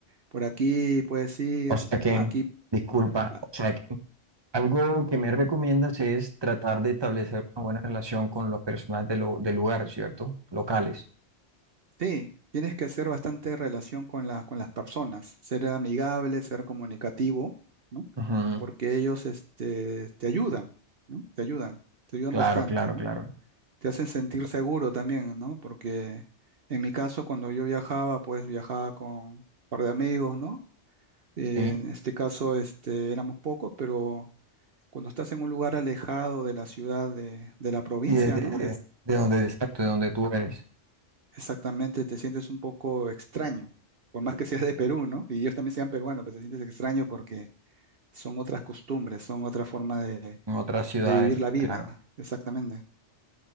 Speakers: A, on the right; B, on the right.
A: por aquí puedes ir,
B: O sea que,
A: aquí.
B: disculpa,
A: ah,
B: o sea que algo que me recomiendas es tratar de establecer una buena relación con los personas de lo- del lugar, ¿cierto? Locales.
A: Sí, tienes que hacer bastante relación con la, con las personas, ser amigable, ser comunicativo, ¿no?
B: Ujú,
A: Porque ellos este, te ayudan, ¿no? Te ayudan, te ayudan
B: Claro,
A: bastante,
B: claro,
A: ¿no?
B: claro.
A: te hacen sentir seguro también, ¿no? Porque en mi caso, cuando yo viajaba, pues viajaba con un par de amigos, ¿no? Eh,
B: Sí.
A: en este caso, este, éramos pocos, pero cuando estás en un lugar alejado de la ciudad, de, de la provincia,
B: Y desde
A: ¿no?
B: de,
A: Es-
B: de donde, exacto, de donde tú eres,
A: exactamente, te sientes un poco extraño, por más que seas de Perú, ¿no? Y ellos también sean peruanos, pero te sientes extraño porque son otras costumbres, son otra forma de,
B: en otras ciudades,
A: de vivir la vida,
B: claro.
A: exactamente.